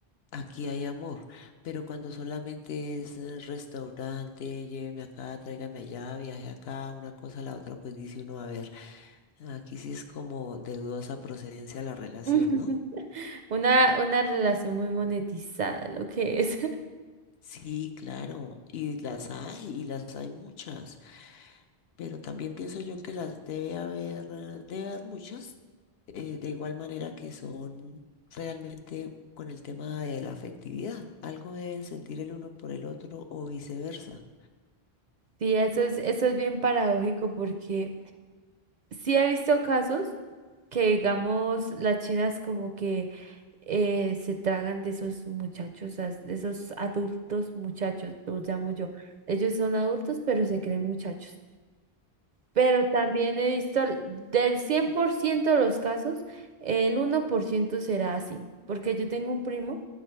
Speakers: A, on the left; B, on the right.
A: Aquí hay amor, pero cuando solamente es eh, restaurante, lléveme acá, tráigame allá, viaje acá, una cosa a la otra, pues dice uno, a ver, aquí sí es como de dudosa procedencia la relación,
B: <laughs>
A: ¿no?
B: Una, una relación muy monetizada, lo que es.
A: Sí, claro, y las hay, y las hay muchas, pero también pienso yo que las debe haber, eh, debe haber muchas, eh, de igual manera que son realmente con el tema de la afectividad, algo deben sentir el uno por el otro o viceversa.
B: Sí, eso es, eso es bien paradójico porque sí he visto casos que, digamos, las chinas como que eh, se tragan de esos muchachos, as- de esos adultos muchachos, los llamo yo. Ellos son adultos, pero se creen muchachos. Pero también he visto l- del 100% de los casos, el uno por ciento será así, porque yo tengo un primo